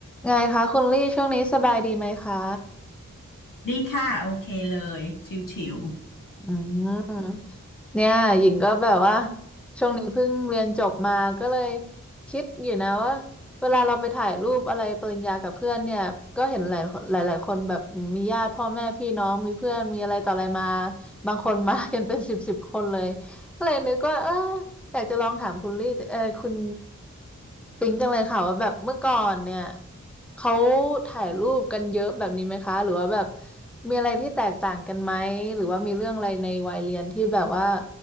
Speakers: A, in the centre; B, on the left (about 85°).
A: ไงคะคุณลี่ช่วงนี้สบายดีไหมคะ
B: ดีค่ะโอเคเลยชิวๆ
A: อืมเนี่ยหญิงก็แบบว่าช่วงนี้เพิ่งเรียนจบมาก็เลยคิดอยู่นะว่าเวลาเราไปถ่ายรูปอะไรปริญญากับเพื่อนเนี่ยก็เห็นหลายหลายหลายคนแบบมีญาติพ่อแม่พี่น้องมีเพื่อนมีอะไรต่ออะไรมาบางคนมา <laughs> กันเป็นสิบสิบคนเลยก็เลยนึกว่าเออ อยากจะลองถามคุณลี่เออคุณปิงจังเลยค่ะว่าแบบเมื่อก่อนเนี่ยเขาถ่ายรูปกันเยอะแบบนี้ไหมคะหรือว่าแบบมีอะไรที่แตกต่างกันไหมหรือว่ามีเรื่องอะไรในวัยเรียนที่แบบว่า